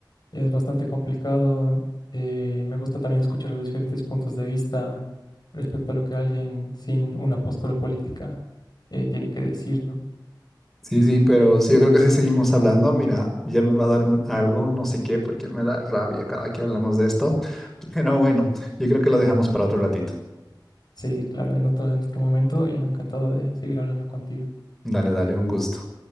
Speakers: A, on the left; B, in the centre.
A: es bastante complicado. Eh, me gusta también escuchar los diferentes puntos de vista respecto a lo que alguien sin una postura política eh, tiene que decir, ¿no?
B: Sí, sí, pero sí, yo creo que si seguimos hablando, mira, ya me va a dar un algo, no sé qué, porque me da rabia cada que hablamos de esto. <laughs> Pero bueno, yo creo que lo dejamos para otro ratito.
A: Sí, claro, en otro, en otro momento yo encantado de seguir hablando contigo.
B: Dale, dale, un gusto.